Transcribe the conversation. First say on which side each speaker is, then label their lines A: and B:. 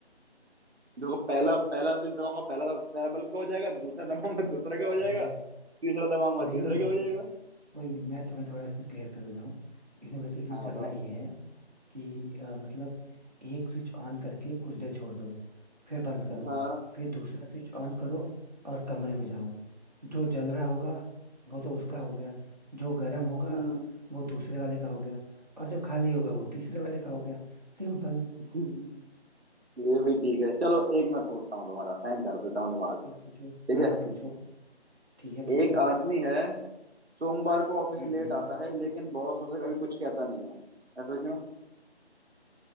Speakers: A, on the right; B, on the right.
A: देखो पहला पहला स्विच दबाऊंगा पहला पहला बल्ब का हो जाएगा दूसरा दबाऊंगा दूसरे का हो
B: हम्म
A: जाएगा तीसरा दबाऊंगा
B: नहीं
A: तीसरे
B: नहीं नहीं
A: का हो
B: नहीं
A: जाएगा
B: कोई नहीं मैं तुम्हें थोड़ा इसमें क्लियर कर देता हूँ इसमें बेसिकली
A: हाँ
B: करना
A: बताओ
B: ये है कि अ, मतलब एक स्विच ऑन करके कुछ देर छोड़ दो फिर बंद करो
A: हाँ
B: फिर दूसरा स्विच ऑन करो और कमरे में जाओ जो जल रहा होगा वो तो उसका हो गया जो गर्म होगा
A: हम्म
B: वो दूसरे वाले का हो गया और जो खाली होगा वो तीसरे वाले का हो गया सिंपल
A: <laughs> ये भी ठीक है चलो एक मैं पूछता हूँ तुम्हारा हैंग कर देता हूँ दिमाग
B: जो पूछो
A: ठीक
B: हाँ
A: है
B: हाँ पूछो ठीक है पूछो
A: एक आदमी है सोमवार को ऑफिस
B: हम्म
A: लेट
B: हम्म।
A: आता है लेकिन बॉस उसे कभी कुछ कहता नहीं है ऐसा क्यों